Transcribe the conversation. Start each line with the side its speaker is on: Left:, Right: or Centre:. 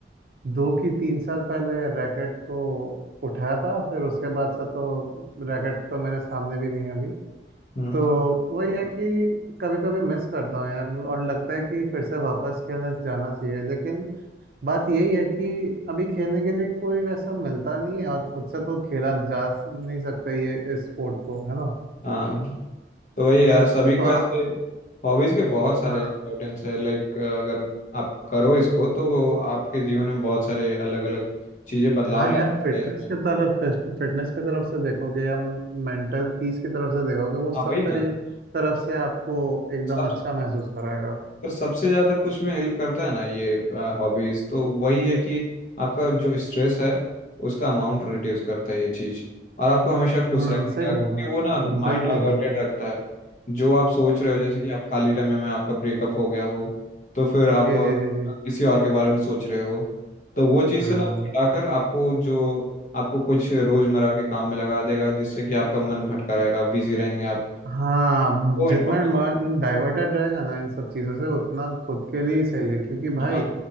Right: दो की तीन साल पहले रैकेट को उठाया था फिर उसके बाद से तो रैकेट तो मेरे सामने भी नहीं है अभी
Left: हम्म
Right: तो वही है कि कभी कभी मिस करता हूँ यार और लगता है कि फिर से वापस खेलने जाना चाहिए लेकिन बात यही है कि अभी खेलने के लिए कोई वैसा मिलता नहीं है और खुद से तो खेला जा नहीं सकता ये इस स्पोर्ट को है ना
Left: हाँ तो वही यार सभी
Right: तो
Left: को
Right: आप
Left: ऐसे हॉबीज के बहुत सारे
Right: हाँ
Left: इम्पोर्टेंस है लाइक अगर आप करो इसको तो आपके जीवन में बहुत सारे अलग अलग चीजें बदलाव
Right: हाँ
Left: ला
Right: यार
Left: सकता
Right: फिटनेस
Left: है इसमें
Right: की तरफ फिटनेस की तरफ से देखोगे या मेंटल पीस की तरफ से देखोगे वो सब
Left: हाँ वही ना
Right: तरी तरफ से आपको एकदम
Left: सब
Right: अच्छा महसूस कराएगा
Left: अगर सबसे ज्यादा कुछ में हेल्प करता है ना ये हॉबीज तो वही है कि आपका जो स्ट्रेस है उसका अमाउंट रिड्यूस करता है ये चीज और आपको हमेशा खुश
Right: हम्म
Left: रखेगा
Right: सही
Left: क्योंकि
Right: बोला
Left: वो ना माइंड
Right: बिल्कुल
Left: डाइवर्टेड
Right: बिल्कुल
Left: रखता है जो आप सोच रहे हो जैसे कि आप खाली समय में आपका ब्रेकअप हो गया हो तो फिर आप
Right: जी
Left: अ,
Right: जी जी जी
Left: किसी और के बारे में सोच रहे हो तो वो चीज
Right: हाँ
Left: से ना वो हटाकर आपको जो आपको कुछ रोजमर्रा के काम में लगा देगा जिससे कि आपका मन भटका रहेगा बिजी रहेंगे आप
Right: हाँ
Left: वो
Right: जितना
Left: इम्पोर्टेंट
Right: मन डाइवर्टेड रहेगा ना इन सब चीज़ों से उतना खुद के लिए ही सही है क्योंकि भाई
Left: हाँ